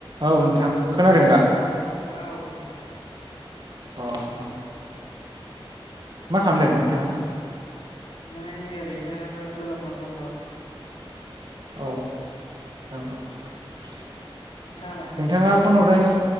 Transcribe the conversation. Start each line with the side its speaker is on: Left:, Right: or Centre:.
Right: औ नोंथां खोनादों दा
Left: औ नोंथां औ खोनादों
Right: अं मा खालामदों नोंथाङा
Left: नै ओरैनो गोलांना दं र'
Right: औ औ
Left: नोंथाङालाय
Right: नोंथाङा फन हरनायनि